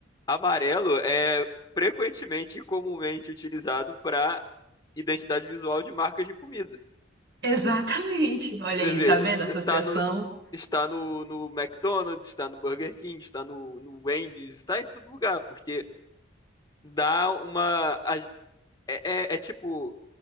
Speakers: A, on the left (about 20°); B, on the right (about 60°).
A: amarelo é frequentemente e comumente utilizado para identidade visual de marcas de comida.
B: <laughs> Exatamente. Olha
A: Você
B: aí,
A: vê,
B: tá vendo a associação?
A: está no, está no, no McDonald's, está no Burger King, está no, no Wendy's, está em todo lugar, porque dá uma. a- É, é- é tipo,